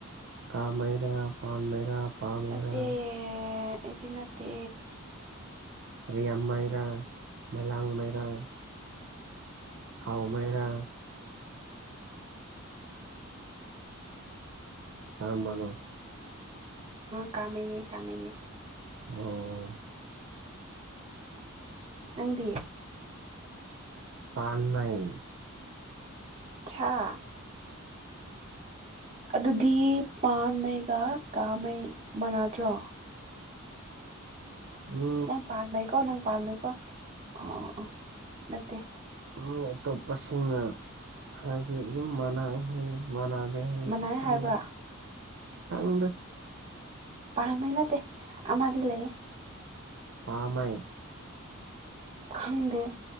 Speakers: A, on the right; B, on the right.
A: ꯀꯥ ꯃꯩꯔꯥ ꯄꯥꯝ ꯃꯩꯔꯥ ꯄꯥ ꯃꯩꯔꯥ
B: ꯅꯠꯇꯦ ꯑꯩꯗꯤ ꯅꯠꯇꯦ
A: ꯔꯦꯡ ꯃꯩꯔꯥ ꯃꯂꯥꯡ ꯃꯩꯔꯥ ꯍꯥꯎ ꯃꯩꯔꯥ <unintelligible>
B: ꯀꯥꯃꯩꯅꯤ ꯀꯥꯃꯅꯦ
A: ꯑꯣ
B: ꯅꯪꯗꯤ
A: ꯄꯥꯟ ꯃꯩ
B: ꯆꯥ ꯑꯗꯨꯗꯤ ꯄꯥꯟꯃꯩꯒ ꯀꯥꯃꯩ ꯃꯥꯟꯅꯗ꯭ꯔꯣ
A: ꯃꯤ
B: ꯅꯪ ꯄꯥꯟꯃꯩꯀꯣ ꯅꯪ ꯄꯥꯟꯃꯩꯀꯣ ꯑꯣ ꯑꯣ ꯑꯣ ꯅꯠꯇꯦ
A: ꯃꯤ ꯑꯇꯣꯞꯄꯁꯤꯡꯅ ꯍꯥꯏꯕꯒꯤ ꯑꯗꯨꯝ ꯃꯥꯟꯅꯔꯦ ꯃꯥꯟꯅ <unintelligible>
B: ꯃꯅꯥꯏ
A: ꯈꯪꯗꯦ
B: ꯍꯥꯏꯕ꯭ꯔꯥ
A: ꯈꯪꯗꯦ
B: ꯄꯥꯟꯕꯩ ꯅꯠꯇꯦ ꯑꯃꯗꯤ ꯂꯩꯌꯦ
A: ꯄꯥꯟꯃꯩ
B: ꯈꯪꯗꯦ